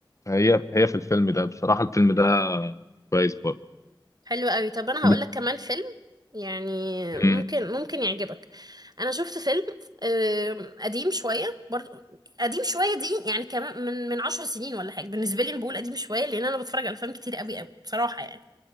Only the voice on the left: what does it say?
هي هي في الفيلم ده بصراحه الفيلم ده كويس برضه
بت-
مم.